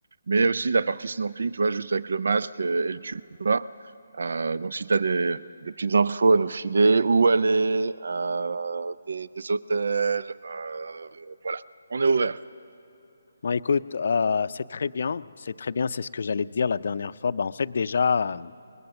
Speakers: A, on the right (about 65°); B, on the left (about 60°).
A: mais aussi la partie snorkeling, tu vois, juste avec le masque euh, et le tuba. Euh, donc, si tu as des, des petites infos à nous filer, où aller, euh, des, des hôtels. euh, voilà, on est ouvert.
B: Bon, écoute, euh, c'est très bien. C'est très bien, c'est ce que j'allais te dire la dernière fois. Bah, en fait, déjà, euh,